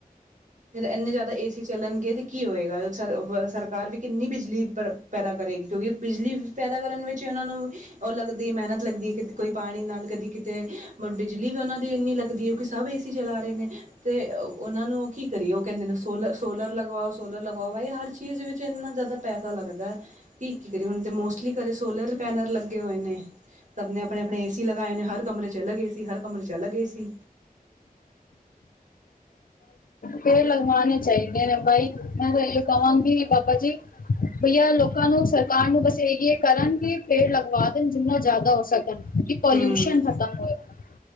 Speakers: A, on the right; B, on the left.
A: ਜਦ ਐੰਨੇ ਜ਼ਿਆਦਾ ਏ, ਸੀ, ਚੱਲਨਗੇ 'ਤੇ ਕੀ ਹੋਏਗਾ? ਸਰਕਾਰ-ਸਰਕਾਰ ਨੇ ਕਿੰਨੀ ਬਿਜਲੀ ਪਰ ਪੈਦਾ ਕਰੇਗੀ, ਕਿਉਂਕਿ ਬਿਜਲੀ ਪੈਦਾ ਕਰਨ ਵਿੱਚ ਉਨਾਂ ਨੂੰ, ਓ ਲੱਗਦੀ ਮਿਹਨਤ ਲੱਗਦੀ ਏ ਕਿ ਕੋਈ ਪਾਨੀ ਨਾਲ ਕਦੀ ਕਿਤੇ ਬ ਬਿਜਲੀ ਵੀ ਉਨਾਂ ਦੀ ਇੰਨੀ ਲੱਗਦੀ ਏ, ਕਿਉਂਕਿ ਸਭ ਏ, ਸੀ, ਚਲਾ ਰੇ ਨੇ, 'ਤੇ ਉਨਾਂ ਨੂੰ ਉਹ ਕੀ ਕਦੀ ਉਹ ਕੈਂਦੇ ਨੇ ਸੋਲ -ਸੋਲਰ ਲਗਵਾਓ, ਸੋਲਰ ਲਗਾਵਾਓ। ਬਾਈ, ਹਰ ਚੀਜ਼ ਵਿੱਚ ਇੰਨਾ ਜਾਦਾ ਪੈਸਾ ਲੱਗਦੈ। ਕੀ- ਕੀ ਕਰੀਏ ਹੁਨ? 'ਤੇ ਮੋਸਟਲੀ ਘਰੇ ਸੋਲਰ ਪੈਨਲ ਲੱਗੇ ਹੋਏ ਨੇ। ਸਭ ਨੇ ਅਪਨੇ-ਅਪਨੇ ਏ, ਸੀ, ਲਗਾਏ ਨੇ, ਹਰ ਕਮਰੇ 'ਚ ਅਲੱਗ ਏ, ਸੀ, ਹਰ ਕਮਰੇ 'ਚ ਅਲੱਗ ਏ, ਸੀ,।
B: ਫੇਰ ਲਗਵਾਨੇ ਚਾਈਦੇ ਨੇ ਭਾਈ, ਮੈਂ ਤਾਂ ਏਅ ਕਵਾਂਗੀ, ਬਾਬਾ ਜੀ। ਭਈਆ, ਲੋਕਾਂ ਨੂੰ ਸਰਕਾਰ ਨੂੰ ਬਸ ਯੇ ਕਰਨ ਕਿ ਪੇੜ ਲਗਵਾ ਦੇਨ, ਜਿੰਨਾ ਜਾਦਾ ਹੋ ਸਕਨ। ਕੀ ਪੋਲਊਸ਼ਨ
A: ਹੂੰ
B: ਖਤਮ ਹੋਏਗਾ?